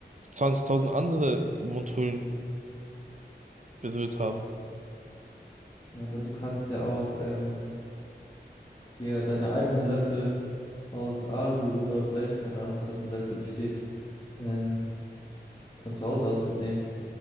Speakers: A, on the right; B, on the left.
A: 20.000 andere Mundhöhlen berührt haben.
B: Ja, aber du kannst ja auch ähm, dir deine eigenen Löffel aus Alu oder Blech, keine Ahnung, aus was ein Löffel besteht, ähm, von zu Hause aus mitnehmen.